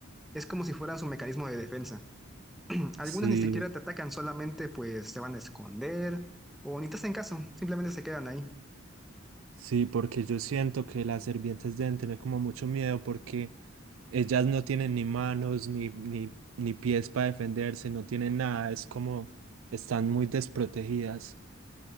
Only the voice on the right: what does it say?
Sí.
Sí, porque yo siento que las serpientes deben tener como mucho miedo porque ellas no tienen ni manos ni, ni, ni pies para defenderse, no tienen nada, es como están muy desprotegidas.